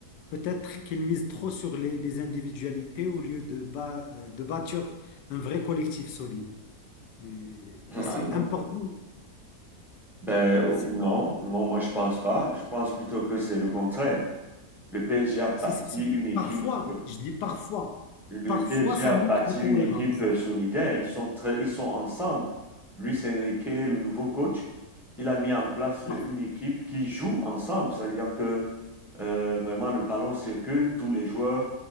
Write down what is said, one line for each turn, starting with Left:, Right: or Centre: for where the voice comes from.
Left: Peut-être qu'ils misent trop sur les, les individualités au lieu de, ba- euh, de bâtir un vrai collectif solide. Euh, Et c'est
Centre: Ah non.
Left: important.
Centre: Ben
Left: C'est,
Centre: non, non, moi je pense pas. Je pense plutôt que c'est le contraire. Le PSG a bâti
Left: c'est- c'est- c'est-
Centre: une équipe.
Left: parfois,
Centre: euh,
Left: je dis parfois,
Centre: le
Left: parfois
Centre: PSG
Left: ça
Centre: a
Left: manque
Centre: bâti
Left: de cohérence.
Centre: une équipe euh, solidaire. Ils sont très, ils sont ensemble. Luis Enrique, le nouveau coach, il a mis en place une
Left: Par-
Centre: équipe qui joue ensemble. C'est-à-dire que euh, vraiment le ballon circule, tous les joueurs,